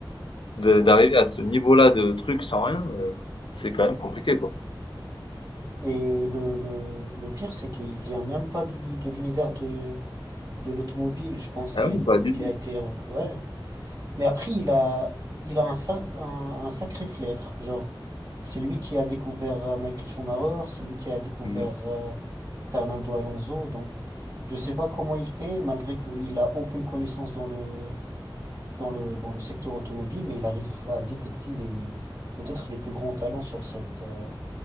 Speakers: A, on the left (about 70°); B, on the right (about 50°).
A: de-
B: ouais.
A: d'arriver
B: ouais.
A: à ce niveau-là de truc sans rien, heu, c'est quand même compliqué, quoi.
B: Et le, le, le pire, c'est qu'il vient même pas du, de l'univers de, de l'automobile, je pense
A: Ah
B: à l'époque
A: oui, pas du
B: qu'il
A: tout.
B: a été rec- ouais. Mais après il a il a un, sa- un, un sacré flair, genre c'est lui qui a découvert euh, Michael Schumacher, c'est lui qui a découvert
A: Mmh.
B: euh, Fernando Alonso, donc je sais pas comment il fait malgré qu'il a aucune connaissance dans le dans le dans le secteur automobile, mais il arrive à détecter les peut-être les plus grands talents sur cette euh,